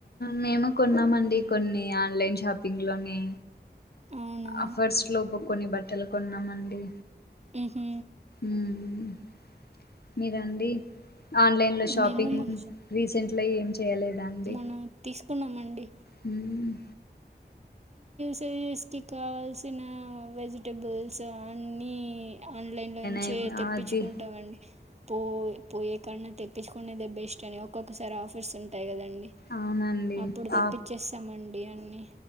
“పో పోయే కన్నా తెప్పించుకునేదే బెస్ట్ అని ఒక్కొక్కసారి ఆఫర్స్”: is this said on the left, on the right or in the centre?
Right